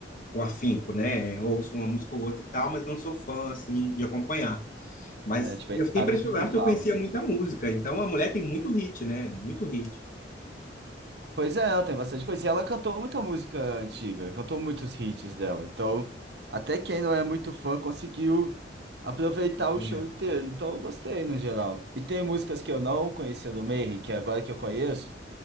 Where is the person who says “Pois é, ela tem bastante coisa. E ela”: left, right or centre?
Right